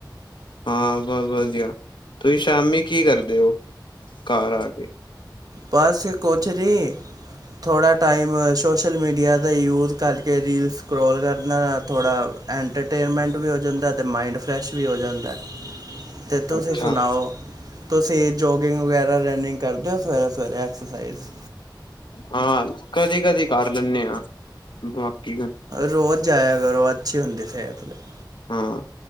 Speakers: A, on the left (about 80°); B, on the right (about 55°).
A: ਹਾਂ, ਬਸ ਵਧੀਆ। ਤੁਸੀਂ ਸ਼ਾਮੀ ਕੀ ਕਰਦੇ ਓ ਘਰ ਆ ਕੇ?
B: ਬਸ ਕੁਛ ਨੀਂ ਥੋੜਾ ਟਾਈਮ ਸੋਸ਼ਲ ਮੀਡੀਆ ਦਾ ਯੂਜ਼ ਕਰਕੇ ਰੀਲ ਸਕਰੋਲ ਕਰਨਾ, ਥੋੜਾ ਐੰਟਰਟੇਨਮੈਂਟ ਵੀ ਹੋ ਜਾਂਦਾ ਏ ਤੇ ਮਾਈੰਡ ਫਰੈਸ਼ ਵੀ ਹੋ ਜਾਂਦਾ। ਤੇ ਤੁਸੀਂ
A: ਅੱਛਾ
B: ਸੁਣਾਓ। ਤੁਸੀਂ ਜੋਗਿੰਗ ਵਗੈਰਾ, ਰਨਿੰਗ ਕਰਦੇ ਓ ਸਵੇਰੇ। ਘਰੇ ਐਕਸਰਸਾਈਜ਼।
A: ਹਾਂ ਕਦੇ-ਕਦੀ ਕਰ ਲੈਂਦੇ ਆਂ। ਬਾਕੀ ਤਾਂ
B: ਰੋਜ਼ ਜਾਇਆ ਕਰੋ। ਅੱਛੀ ਹੁੰਦੀ ਸੇਤ ਲਈ।
A: ਹਾਂ,